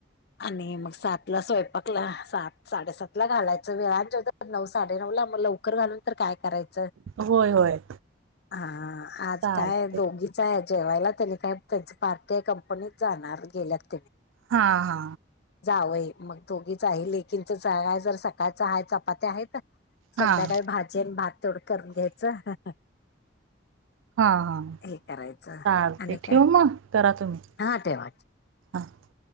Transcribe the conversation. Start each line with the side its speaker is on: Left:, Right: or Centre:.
Left: आणि मग सात ला स्वयंपाकला, सात साडेसात ला घालायचं, वेळानं जेवत्यात नऊ नऊ साडे साडे नऊ ला मग लवकर घालुन तरी काय करायचं.
Right: होय होय.
Left: हा हा
Right: चालते
Left: आज काय दोघीच हाय जेवायला. त्यांनी काय त्यांचे पार्टी हाय कंपनीत जाणार गेल्यात
Right: हा हा.
Left: जावंई मग दोघीच आहे लेकीनचच आहे. जरा सकाळच हाय, चपात्या हायीत संध्याकाळी
Right: हा हा
Left: भाजी आणि भात थोड तेवढं करून घ्यायचं.
Right: ह <inaudible> हा हा.
Left: हे करायचं
Right: चालतय
Left: आणि
Right: ठेवु
Left: काय
Right: मग. करा तुम्ही.
Left: हा ठेवा
Right: आत